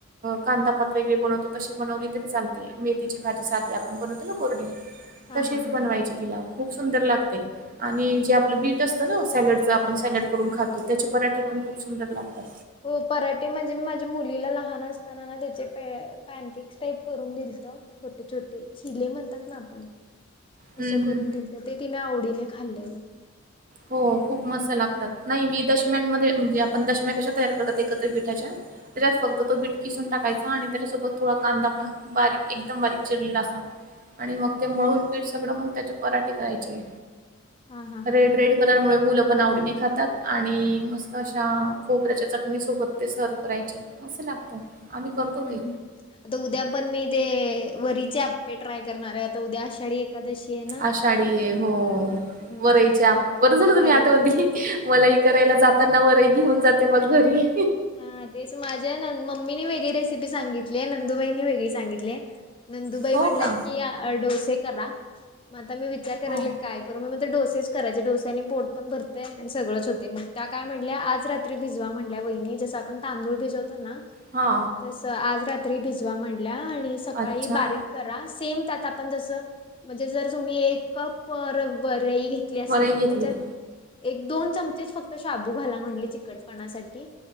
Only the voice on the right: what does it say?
कांदापात वगरे बनवतो तशी बनवली तरी चालते मेथीची भाजी साधी आपण बनवतो ना गोरडी.
तशीच
बनवायचे तिला. खूप सुंदर लागते आणि जे आपलं बीट असतं ना सॅलडचं आपण सॅलड करून खातो. त्याचे पराठीे
पण खूप सुंदर लागतात.
हम्म हम्म.
हो खूप मस्त लागतात नाही मी दशम्यांमध्ये म्हणजे आपण दशम्या कशा तयार करतात एकत्र पीठाच्या. त्यात फक्तो
बिट किसून टक. य आणि त्याच्यासोबत थोडा कांदा पण बारीक एकदम बारीक चिरलेला अस. आणि मग ते मळून पीठ सगळं मग त्याचे पराठीे करायचे.
रेड
रेड कलरमुळे मुलं पण आवडीने खातात आणि मस्त अशा खोबऱ्याच्या चटणीसोबत ते सर्व करायचे. कं लागतं. आम्ही करतो
ते.
आषाढी आहे हो. बरायच्या
बरं झारा तुम्ही
आठवण दिली मला ह करायला जात. त्यांना बरे घेऊन जाते मग घरी.
हो
का?
हां
हा
अच्छा
वरई घेतली.